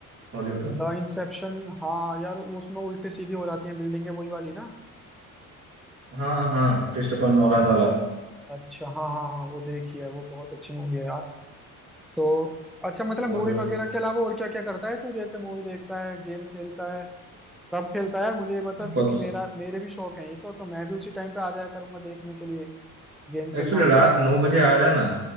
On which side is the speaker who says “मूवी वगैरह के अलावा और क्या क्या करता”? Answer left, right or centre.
Centre